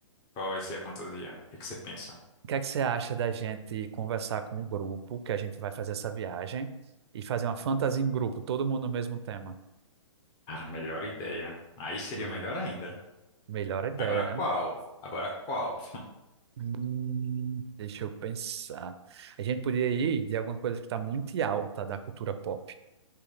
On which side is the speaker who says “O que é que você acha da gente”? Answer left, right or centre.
Right